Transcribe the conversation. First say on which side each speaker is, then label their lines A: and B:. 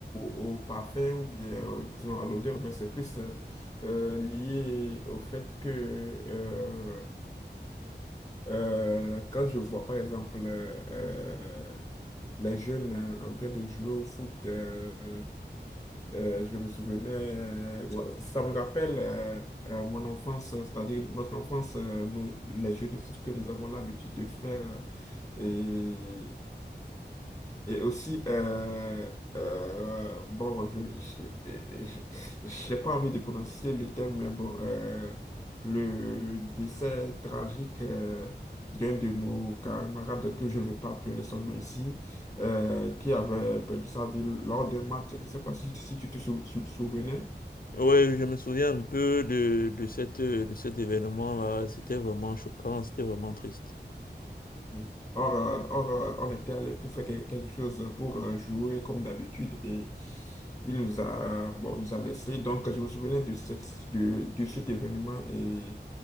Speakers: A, on the left; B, on the left.
A: au parfum ou bien euh, disons à l'odeur, mais c'est plus euh, euh, lié au fait que euh, euh, quand je vois par exemple euh, euh, les jeunes euh, en train de jouer au foot, euh, euh, je me souvenais, euh, ça me rappelle euh, euh, mon enfance, c'est-à-dire notre enfance, euh, nous- les jeux de foot que nous avons l'habitude de faire. euh, et, et aussi, euh, euh, bon, je, je, je- j'ai pas envie de prononcer le terme, mais bon, euh, le décès tragique euh, d'un de nos camarades, que je ne vais pas appeler son nom ici, euh, qui avait perdu sa vie lors d'un match. Je ne sais pas si, si tu te sou- sou- souvenais.
B: Oui, je me souviens un peu de, de cette, de cet événement-là. C'était vraiment choquant, c'était vraiment triste.
A: Oui. Or, euh, or, euh, on était allé pour faire quel- quelque chose, pour euh, jouer comme d'habitude et il nous a, bon, nous a laissé. Donc, je me souvenais de cette, de, de cet événement et